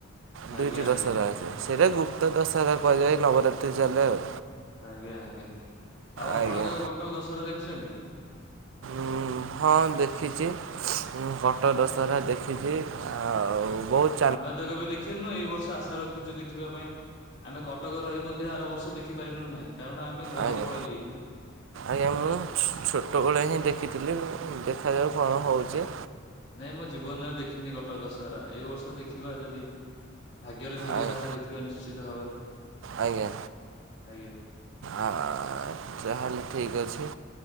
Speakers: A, on the right; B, on the left.
A: ଦୁଇଟି
B: ଆଜ୍ଞା
A: ଦଶହରା
B: ଆଜ୍ଞା
A: ଅଛି ସେଇଟା ଗୁପ୍ତ ଦଶହରା କୁହାଯାଏ ନବରାତ୍ରି ଚାଲେ ଆଉ।
B: ଆଜ୍ଞା ଆଜ୍ଞା ଆଉ
A: ଆଜ୍ଞା
B: ଆପଣ କେବେ କଟକ ଦଶହରା ଦେଖିଛନ୍ତି?
A: ଉ ହଁ ଦେଖିଚି। ମୁଁ କଟକ ଦଶହରା ଦେଖିଚି ଆଉ ବହୁତ୍
B: ଆମେ ତ କେବେ ଦେଖିନୁ ଏଇ ବର୍ଷ ଆଶା ରଖିଚୁ ଦେଖିବା ପାଇଁ ଆମେ କଟକ ରହି ମଧ୍ୟ ଆର ବର୍ଷ ଦେଖି ଦେଖିପାରିଲୁ ନାହିଁ କାରଣ ଆମେ ଘରକୁ
A: ଆଜ୍ଞା
B: ପଳେଇ ଯାଇଥିଲୁ।
A: ଆଜ୍ଞା ମୁଁ ଛୋ ଛୋଟବେଳେ ହିଁ ଦେଖିଥିଲି ଦେଖାଯାଉ କଣ ହଉଚି।
B: ନାଇଁ ମୁଁ ଜୀବନରେ ଦେଖିନି କଟକ ଦଶହରା ଏଇ ବର୍ଷ ଦେଖିବା ଯଦି ଭାଗ୍ୟରେ ଥିବ
A: ଆଜ୍ଞା
B: ତାହେଲେ ଦେଖିବା ନିଶ୍ଚିତ ଭାବରେ।
A: ଆଜ୍ଞା
B: ଆଜ୍ଞା
A: ଆ ତାହେଲେ ଠିକ୍ ଅଛି